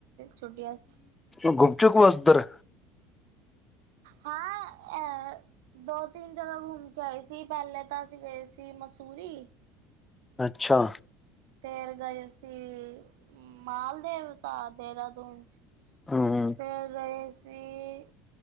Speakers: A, on the right; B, on the left.
A: ਛੁੱਟੀਆਂ'ਚ।
B: ਗੁੰਮ, ਚੁੱਕੂ ਉੱਧਰ
A: ਹਾਂ, ਅ ਦੋ- ਤੀਨ ਜਗਾ ਘੁੰਮ ਕੇ ਆਏ। ਕੀ ਪਹਿਲੇ ਤਾ ਅਸੀਂ ਗਏ ਸੀ, ਮਸੂਰੀ।
B: ਅੱਛਾ।
A: ਫੇਰ ਗਏ ਅਸੀਂ ਮਾਲਦੇਵਤਾ ਦੇਹਰਾਦੂਨ' ਚ।
B: ਹਮ
A: ਫਿਰ ਗਏ ਸ ਤੇ,